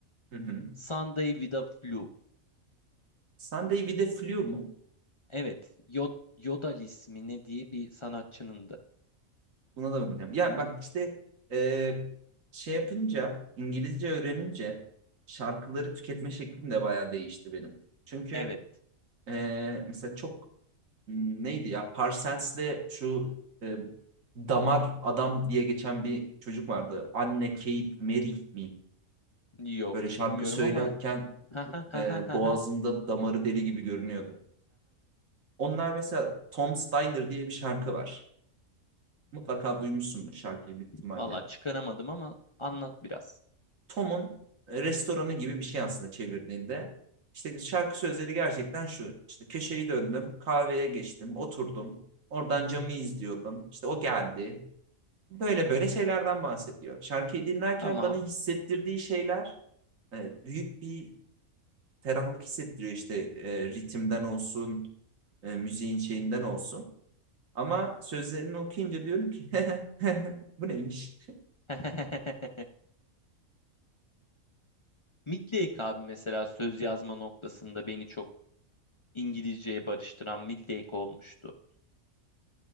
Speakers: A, on the right; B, on the left.
A: Hı hı.
B: Sunday with a Flu.
A: Sunday with a Flu mu?
B: Evet, Yod Yodel ismi ne diye bir sanatçınındı.
A: Buna da bakacağım. Ya bak işte e, şey yapınca, İngilizce öğrenince şarkıları tüketme şeklim de bayağı değişti benim. Çünkü
B: Evet.
A: e, mesela çok m, neydi ya Parsons'le şu e, Damar Adam diye geçen bir çocuk vardı. Anne Kate Merih mi?
B: Yok
A: Böyle şarkı
B: bilmiyorum
A: söylerken
B: ama <laughs>
A: e, boğazında damarı deli gibi görünüyordu. Onlar mesela Tom Steiner diye bir şarkı var. Mutlaka duymuşsundur şarkıyı büyük ihtimalle.
B: Valla çıkaramadım ama anlat biraz.
A: Tom'un e, restoranı gibi bir şey aslında çevirdiğinde. İşte şarkı sözleri gerçekten şu. İşte köşeyi döndüm, kahveye geçtim, oturdum. Oradan camı izliyordum. İşte o geldi. Böyle böyle şeylerden bahsediyor. Şarkıyı dinlerken
B: Tamam.
A: bana hissettirdiği şeyler e, büyük bir ferahlık hissettiriyor. İşte e, ritimden olsun, e, müziğin şeyinden olsun. Ama sözlerini okuyunca diyorum ki <laughs> bu neymiş?
B: <laughs> Midlake abi mesela söz yazma noktasında beni çok İngilizceye barıştıran Midlake olmuştu.